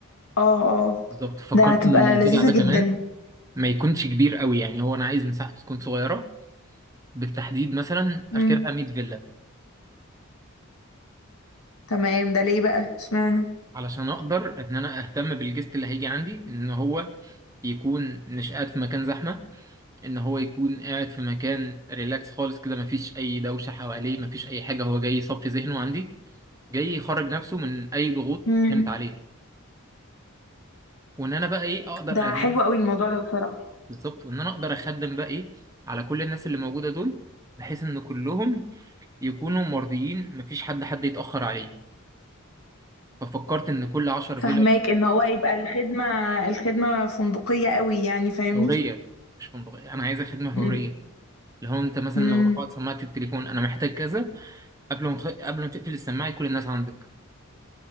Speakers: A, on the left; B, on the right.
A: اه اه
B: بالظبط فكرت
A: ده هتبقى
B: ان المنتجع
A: لذيذة
B: ده كمان
A: جدا
B: ما يكونش كبير قوي يعني هو انا عايز مساحته تكون صغيره بالتحديد مثلا
A: امم
B: اخرها 100 فيلا
A: تمام ده ليه بقى اشمعنى
B: علشان اقدر ان انا اهتم بالجست اللي هيجي عندي ان هو يكون مش قاعد في مكان زحمه ان هو يكون قاعد في مكان ريلاكس خالص كده مفيش اي دوشه حواليه مفيش اي حاجه هو جاي يصفي ذهنه عندي جاي يخرج نفسه من اي ضغوط
A: مم.
B: كانت عليه وان انا بقى ايه اقدر
A: ده
B: ان
A: حلو
B: انا
A: قوي الموضوع ده بصراحة
B: بالظبط وان انا اقدر اخدم بقى ايه على كل الناس اللي موجوده دول بحيث ان كلهم يكونوا مرضيين مفيش حد حد يتأخر عليه ففكرت إن كل عشر
A: فهماك
B: فيلا
A: ان هو يبقى الخدمة الخدمة فندقية قوي يعني فاهمني
B: فورية مش فندقية أنا عايزة خدمة
A: مم.
B: فورية اللي هو أنت مثلا
A: امم
B: لو رفعت سماعة التليفون أنا محتاج كذا قبل ما تخ... قبل ما تقفل السماعة يكون الناس عندك